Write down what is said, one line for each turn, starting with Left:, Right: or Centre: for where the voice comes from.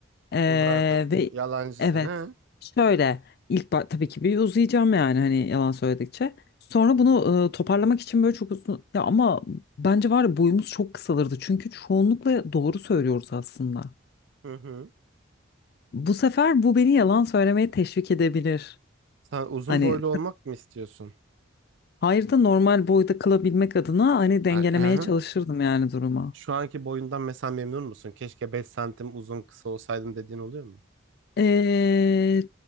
Left: Ee,
Right: Uzardın.
Left: ve
Right: Yalancı
Left: evet
Right: sen ha?
Left: şöyle ilk ba- tabii ki bir uzayacağım yani hani yalan söyledikçe. Sonra bunu
Right: Hı hı.
Left: e, toparlamak için böyle çok uzun ya ama bence var ya boyumuz çok kısalırdı. Çünkü çoğunlukla doğru söylüyoruz aslında.
Right: Hı hı.
Left: Bu sefer bu beni yalan söylemeye teşvik edebilir.
Right: Sen uzun
Left: Hani
Right: boylu olmak mı istiyorsun?
Left: hayır da normal boyda kalabilmek adına hani dengelemeye
Right: Ay, Hı hı.
Left: çalışırdım yani duruma.
Right: Şu anki boyundan mesela memnun musun? Keşke 5 santim uzun kısa olsaydım dediğin oluyor mu?
Left: Ee,